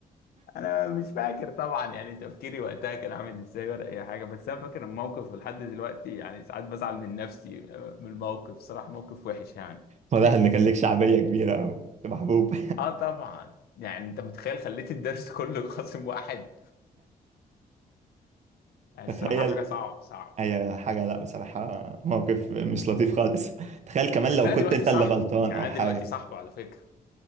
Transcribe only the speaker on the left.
انا مش فاكر طبعا يعني تفكيري وقتها كان عامل ازاي ولا اي حاجه بس انا فاكر الموقف ولحد دلوقتي يعني ساعات بزعل من نفسي آه، من الموقف صراحه موقف وحش يعني
<laughs>
اه طبعا يعني انت متخيل خليت الدرس كله قاسم واحد
يعني
الصراحه حاجه صعبه صعبه
مم.
بس
انا
دلوقتي
صاحبه
يعني
انا
دلوقتي صاحبه على فكره